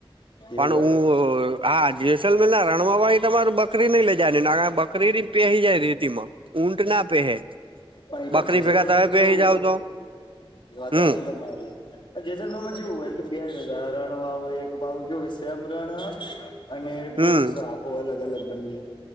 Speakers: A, on the right; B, on the left.
A: પણ
B: એવું એમ
A: હુંઅ હા જેસલમેરના રણવાહી તમારું બકરી નઈ લઈ જાવા ની નકર બકરી પેહી જાય રેતી માં. ઊંટ ના પેહે.
B: પણ ઇકન
A: બકરી
B: જેસલમરમાં
A: ભેગા તમે
B: ચેવું
A: પેહી જાવ
B: અ
A: તો
B: એ વાતે
A: હમ
B: હાચી તમારી. જેસલમેરમાં જેવું હોય કે બે ર રણ વાળુ હોય એક આવું કેવું કે સેમરણ હ અને
A: હમ
B: ડુંસ આખું અલગ અલગ બંને